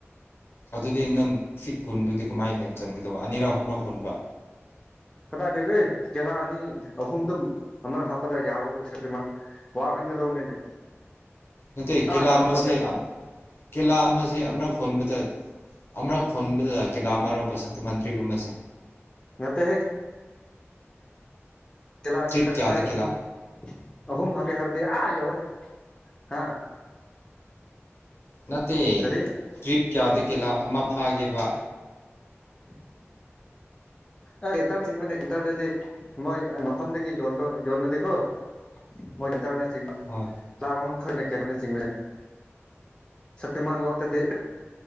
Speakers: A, on the left (about 55°); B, on the left (about 20°).
A: ꯑꯗꯨꯗꯤ ꯅꯪ ꯐꯤꯠ ꯀꯨꯟꯗꯨꯗꯤ ꯀꯃꯥꯏꯅ ꯆꯟꯒꯗꯕ ꯑꯅꯤꯔꯛ ꯑꯨꯝꯂꯛ ꯍꯣꯟꯕ
B: ꯀꯗꯥꯏꯗꯒꯤ ꯇꯦꯂꯥ ꯑꯅꯤ ꯑꯍꯨꯝꯗꯨꯝ ꯑꯃꯔꯛ ꯍꯥꯞꯄꯗ ꯌꯥꯕꯕꯨ ꯁꯛꯇꯤꯃꯥꯟ ꯋꯥꯡꯍꯟꯒꯗꯧꯅꯤꯅꯦ
A: ꯅꯠꯇꯦ
B: ꯑꯥ
A: ꯀꯦꯂꯥ
B: ꯗꯥꯁꯄꯣꯠ
A: ꯑꯃꯁꯦ
B: ꯌꯧ
A: ꯑꯝ ꯀꯦꯂꯥ ꯑꯃꯁ ꯑꯃꯔꯛ ꯈꯣꯟꯕꯗ ꯑꯃꯔꯛ ꯈꯣꯟꯕꯗ ꯀꯦꯂꯥ ꯑꯃꯔꯣꯕ ꯁꯛꯇꯤꯃꯥꯟ ꯇ꯭ꯔꯤꯞ ꯑꯃꯁꯦ
B: ꯅꯠꯇꯦ ꯍꯦꯛ ꯀꯦꯂꯥ ꯑꯅꯤ
A: ꯇ꯭ꯔꯤꯞ
B: ꯇꯪꯈꯥꯏ
A: ꯀꯌꯥꯗ
B: ꯑꯍꯨꯝ
A: ꯀꯦꯂꯥ
B: ꯑꯍꯨꯝ ꯍꯥꯄꯦ ꯍꯥꯔꯗꯤ ꯑ ꯌꯧꯔꯦ ꯍꯥ
A: ꯅꯠꯇꯦ
B: ꯀꯔꯤ
A: ꯇ꯭ꯔꯤꯞ ꯀꯌꯥꯗ ꯀꯤꯂꯥ ꯑꯃ ꯐꯥꯒꯦꯕ
B: <inaudible> ꯇꯥ ꯔꯦꯠꯇ ꯆꯤꯡꯕꯅꯦ ꯂꯤꯇꯥꯟꯗꯗꯤ ꯃꯣꯢ ꯃꯐꯝꯗꯒꯤ ꯌꯣꯟꯕ ꯌꯣꯜꯂꯗꯤꯀꯣ ꯃꯣꯢꯗ ꯇꯔꯅꯦꯠ ꯇꯤꯃꯥ
A: ꯍꯣꯏ
B: ꯆꯥꯝꯃꯔꯣꯝ ꯈꯔꯅꯦ ꯀꯦꯔꯅ ꯆꯤꯡꯕꯁꯦ ꯁꯛꯇꯤꯃꯥꯟ ꯂꯣꯠꯇꯗꯤ